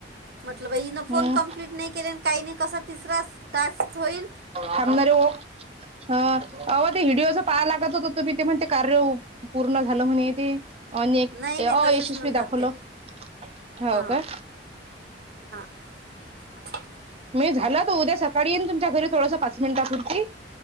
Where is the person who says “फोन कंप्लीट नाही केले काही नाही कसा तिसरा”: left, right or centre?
Right